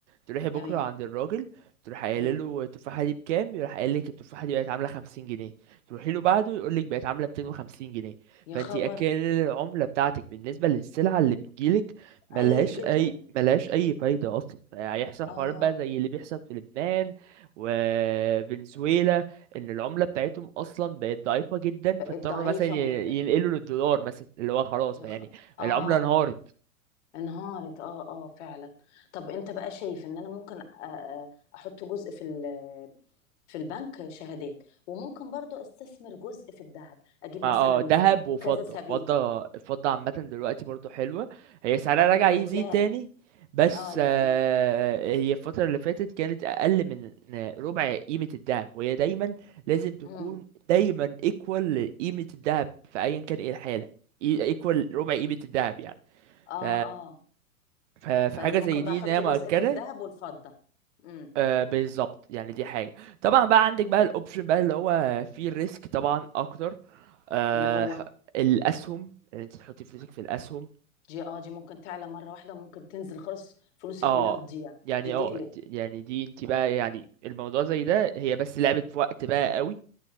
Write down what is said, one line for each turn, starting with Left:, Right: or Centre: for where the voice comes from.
Right: تروحي
Left: تمام
Right: بكره عند الراجل تروح قايله
Left: مم.
Right: له التفاحه دي بكام يروح قايل لك التفاحه دي بقت عامله خمسين جنيه تروحي له بعده يقول لك بقت عامله ميتين وخمسين جنيه
Left: يا
Right: فانت
Left: خبر
Right: اكن العمله بتاعتك بالنسبه للسلعه اللي بتجيلك ملهاش
Left: قلت جدا
Right: اي ملهاش اي فايده اصلا هيحصل
Left: اه
Right: حوارات بقى زي اللي بيحصل في لبنان وفنزويلا ان العمله بتاعتهم اصلا بقت ضعيفه جدا
Left: بقت
Right: فاضطروا
Left: ضعيفه
Right: مثلا ي-
Left: مش...
Right: ينقلوا للدولار مثلا اللي هو خلاص
Left: يا
Right: يعني
Left: خ... اه
Right: العمله انهارت
Left: انهارت اه اه فعلا طب انت بقى شايف ان انا ممكن أ- أ- احط جزء في ال- في البنك شهادات وممكن برضو استثمر جزء في الذهب اجيب مثلا
Right: مع اه ذهب وفضه
Left: كذا سبيكه
Right: فضه الفضه عامه دلوقتي برضو حلوه هي سعرها
Left: برضو
Right: رجع
Left: بقت
Right: يزيد
Left: لها
Right: تاني بس
Left: اه بقى
Right: آه، هي الفتره اللي فاتت كانت اقل من ربع قيمه الذهب وهي دايما لازم تكون
Left: لها
Right: دايما ايكوال لقيمه الذهب في ايا كان ايه الحاله ايكوال ربع قيمه الذهب يعني
Left: اه
Right: ف
Left: اه
Right: ف- فحاجه
Left: فيعني ممكن
Right: زي دي
Left: بقى احط
Right: ان هي
Left: جزء
Right: مؤكده
Left: في الذهب والفضة امم
Right: آه بالظبط يعني دي حاجة طبعا بقى عندك بقى الاوبشن بقى اللي هو فيه الريسك طبعا اكتر آه
Left: اللي هو
Right: ح- الاسهم ان انت تحطي فلوسك في الاسهم
Left: دي اه دي ممكن تعلى مرة واحدة وممكن تنزل خالص فلوسي
Right: اه
Left: كلها تضيع
Right: يعني
Left: دي تقلق
Right: اه انت يعني دي انت بقى يعني الموضوع زي ده هي بس لعبة في وقت بقى قوي